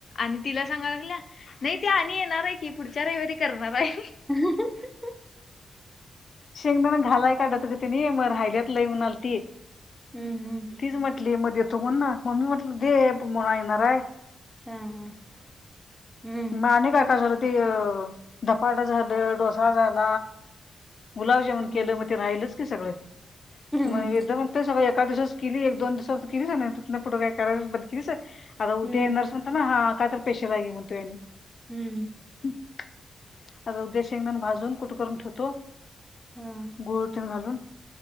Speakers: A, on the left; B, in the centre.
A: आणि तिला सांगा लागल्या, नाही ती आणि येणार हाय की पुढच्या रविवारी करणार हाय.
B: <unintelligible>
A: शेंगदाना घालाय काढला होता ग तेनी, मग राहिल्यात लय म्हणालती.
B: हम्म हम्म.
A: तीच म्हटली म देतो म्हणून, म्हणून म्हटलं दे <unintelligible> येणार हा.
B: हा हा हम्
A: आणि काय काय जोरतीय धपाटा झालं, डोसा झाला गुलाबजामन
B: हम्म
A: केलं मग ते राहिलच की सगळं
B: हम्म हम्म
A: म वेदा म्हणतोय सगळे एका दिवसाच केलीय एक दोन दिवसाच केलीस आहे ना तिथनं पुढं काय करायच ब केलीस आता
B: हम्म
A: उद्या येणार सन पण हा काय तर पेशल आहे की म्हणतो यांनी
B: हम्म.
A: आता उद्या शेंगदून भाजून कुटं करून ठेवतो
B: हम्म.
A: गोड तेन घालून